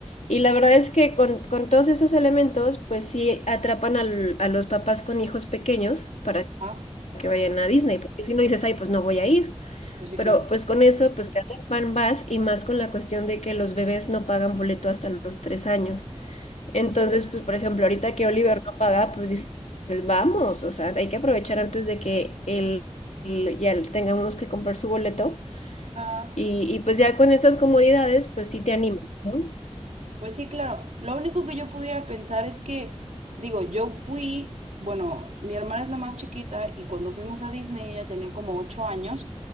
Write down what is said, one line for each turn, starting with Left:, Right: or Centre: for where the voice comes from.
Left: Y la verdad es que con, con todos esos elementos, pues sí atrapan al- a los papás con hijos pequeños para
Right: Ah,
Left: que vayan a Disney, porque si no dices, ay, pues no voy a ir.
Right: pues sí,
Left: Pero
Right: claro.
Left: pues con eso, pues cada van más y más con la cuestión de que los bebés no pagan boleto hasta los tres años. Entonces,
Right: Mm.
Left: pues por ejemplo, ahorita que Oliver no paga, pues dices, vamos, o sea, hay que aprovechar antes de que él, él- ya le tengamos que comprar su boleto.
Right: Ah.
Left: Y, y pues ya con esas comodidades, pues sí te animas, ¿no?
Right: Pues sí, claro. Lo único que yo pudiera pensar es que, digo, yo fui, bueno, mi hermana es la más chiquita y cuando fuimos a Disney ella tenía como ocho años